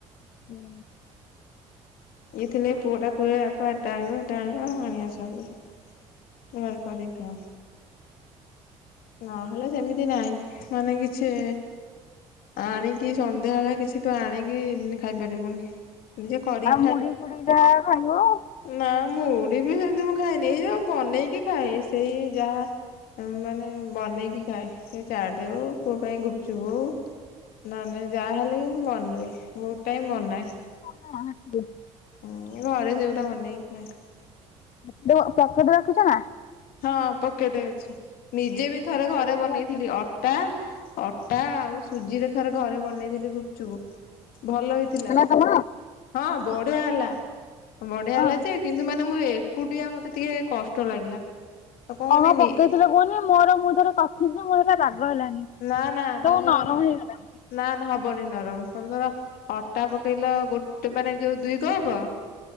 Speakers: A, on the left (about 55°); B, on the left (about 70°).
A: ହୁଁ।
B: ଇଏ ଥିଲେ ପୁଅ ଟା କୁହେ ବାପା ଏଟା ଆଣିବ ସେଟା ଆଣିବ ଆଣି ଆସନ୍ତି। ଘର କରିକି ଖାଅ? ନହେଲେ ସେମିତି ନାହିଁ ମାନେ କିଛି ଆଣିକି ସନ୍ଧ୍ୟାବଳେ କିଛି ତୁ ଆଣିକି ଖାଇପାରିବୁନି, ନିଜେ କରି
A: ମୁଢି ଫୁଡି ଯାହ ଖାଇବ।
B: ନାଁ ମୁଁଡି ବି ସେମିତି ମୁଁ ଖାଏନି, ଏଇ ଯୋଉ ବନେଇକି ଖାଏ ସେଇ ଯାହା ଉଁ ମାନେ ବନେଇକି ଖାଏ। ଚାଟେ ହଉ ପୁଅ ପାଇଁ ଗୁପଚୁପ୍ ହଉ ନହେନେ ଯାହାହଲେ ବି ମୁଁ ବ <unintelligible> ବହୁତ୍ ଟାଇମ୍ ବନାଏ।
A: <inaudible>
B: ହୁଁ ଏ ଘରେ ସେଗୁରା ବନେଇକି ଖାଏ।
A: <unintelligible> ପ୍ୟାକେଟ୍ ରଖିଚ ନା?
B: ହଁ ପକେଟେ ଅଛି, ନିଜେ ବି ଥରେ ଘରେ
A: ହେଇଗଲା
B: ବନେଇଥିଲି ଅଟା ଅ ଟା ଆଉ ସୁଜିରେ ଥରେ ଘରେ ବନେଇଥିଲି ଗୁପଚୁପୁ, ଭଲ ହେଇଥିଲା।
A: ତମର?
B: ହଁ ବଢିଆ ହେଲା, ବଢିଆ
A: ହଁ
B: ହେଲା ଯେ କିନ୍ତୁ ମାନେ ମୁଁ ଏକୁଟିଆ, ମତେ ଟିକେ କଷ୍ଟ ଲାଗିଲା। ଆଉ କଣ କହନି
A: କଣ-କଣ ପକେଇଥିଲ କୁହନି, ମୋର ମୁଁ ଥରେ କରିଥିଲି ଯେ ମୋର <unintelligible> ବାଗ ହେଲାନି।
B: ନା-ନା
A: ସବୁ
B: ତମେ ଧର
A: ନରମ ହେଇଗଲା।
B: ନା-ନା ହବନି ନରମ, ତମେ ଧର ଅଟା ପକେଇଲ ଗୋଟେ ମାନେ ଯୋଉ ଦୁଇ କପ